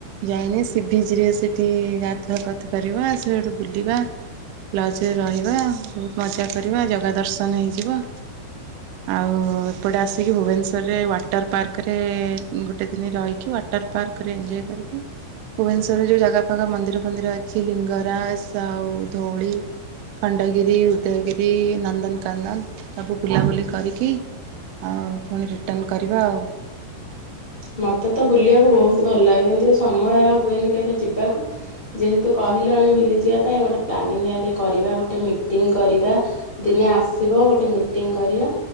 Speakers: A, on the right; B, on the left.
A: ଯାଇନେ ସି ବିଚରେ ସେଠି ଗାଧୁଆ କତ କରିବା। ସେଡୁ ବୁଲିବା। ଲଞ୍ଚ ରେ ରହିବା, ବହୁତ ମଜାକରିବା, ଜଗା ଦର୍ଶନ ହେଇଯିବ। ଆଉ ଏପଟେ ଆସିକି ଭୁବନେଶ୍ୱରେ ୱାଟ ୱାଟର ପାର୍କରେ ଗୋଟେ ଦିନ ରହିକି ୱାଟର୍ ପାର୍କରେ ଇଞ୍ଜୟ କରିକି। ଭୁବନେଶ୍ଵରରେ ଯୋଉ ଜାଗା ଫାଗା ମନ୍ଦିର ଫନ୍ଦିର ଅଛି। ଲିଙ୍ଗରାଜ, ଆଉ ଧୋଳି, ଖଣ୍ଡଗିରି, ଉଦୟଗିରି, ନନ୍ଦନକାନନ ସବୁ ବୁଲାବୁଲି କରିକି। ଆଉ ପୁଣି ରିଟର୍ଣ୍ଣ କରିବା ଆଉ।
B: ମତେ ତ ବୁଲିବାକୁ ବହୁତ ଭଲ ଲାଗେ। କିନ୍ତୁ ସମୟ ହୁଏନି କେବେ ଯିବାକୁ। ଯେହେତୁ କହିଲଣି ବୁଲିଯିବା ପାଇଁ ଗୋଟେ ପ୍ଲାନିଙ୍ଗ ଆଗେ କରିବା। ଗୋଟେ ମିଟିଂ କରିବା। ଦିନେ ଆସିବ ଗୋଟେ ମିଟିଂ କରିବା